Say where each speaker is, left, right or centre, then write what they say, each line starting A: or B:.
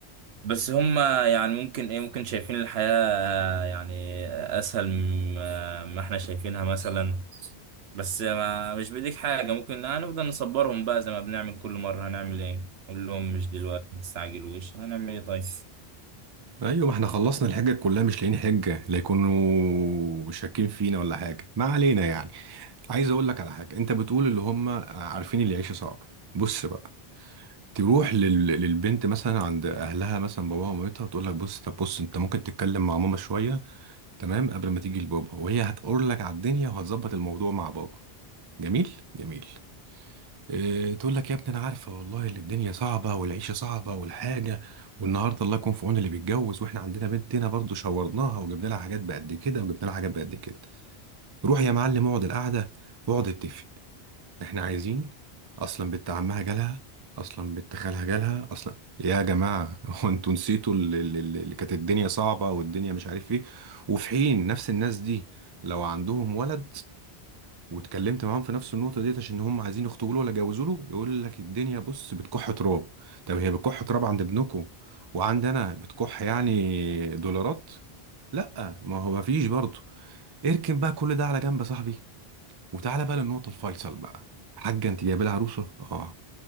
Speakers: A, on the right; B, on the right.
A: بس هم يعني ممكن ايه ممكن شايفين الحياة يعني اسهل مما ما احنا شايفينها مثلا بس ما مش بايديك حاجة ممكن هنفضل نصبرهم بقى زي ما بنعمل كل مرة هنعمل ايه قول لهم مش دلوقتي ما تستعجلوش هنعمل ايه طيب
B: ايوه ما احنا خلصنا الحجة كلها مش لاقيين حجة لا يكونوا شاكين فينا ولا حاجة ما علينا يعني عايز اقول لك على حاجه انت بتقول اللي هم عارفين اللي يعيش صعب بص بقى تروح لل... للبنت مثلا عند اهلها مثلا باباها ومامتها تقول لك بص طب بص انت ممكن تتكلم مع ماما شويه تمام قبل ما تيجي لبابا وهي هتقول لك على الدنيا وهتظبط الموضوع مع بابا جميل جميل إيه تقول لك يا ابني انا عارفه والله اللي الدنيا صعبه والعيشه صعبه والحاجه والنهارده الله يكون في عون اللي بيتجوز واحنا عندنا بنت هنا برضه شورناها وجبنا لها حاجات بقد كده وجبنا لها حاجات بقد كده روح يا معلم اقعد القعده واقعد اتفق احنا عايزين اصلا بنت عمها جالها اصلا بنت خالها جالها اصلا يا جماعه <laughs> هو انتوا نسيتوا اللي, اللي كانت الدنيا صعبه والدنيا مش عارف ايه وفي حين نفس الناس دي لو عندهم ولد واتكلمت معاهم في نفس النقطه ديت عشان هم عايزين يخطبوا له ولا يجوزوا له يقول لك الدنيا بص بتكح تراب طب هي بتكح تراب عند ابنكم وعند انا بتكح يعني دولارات لا ما هو مفيش برضه اركن بقى كل ده على جنب يا صاحبي وتعالى بقى للنقطة الفيصل بقى حاجة انت جايبة لها عروسة اه